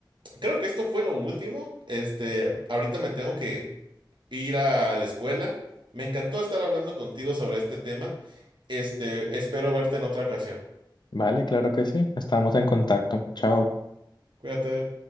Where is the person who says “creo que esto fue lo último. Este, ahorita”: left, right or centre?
Right